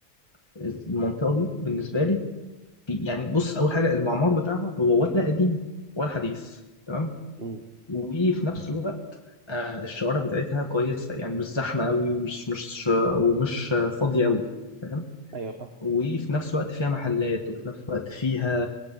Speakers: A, on the left; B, on the right.
A: المنطقه دي بالنسبه لي في يعني بص اول حاجه المعمار بتاعها هو ولا قديم ولا حديث تمام
B: مم،
A: وفي نفس الوقت آه، الشوارع بتاعتها كويسة يعني مش زحمة قوي ومش مش ومش فاضية قوي فاهم
B: أيوه فاهم
A: وفي نفس الوقت فيها محلات وفي نفس الوقت فيها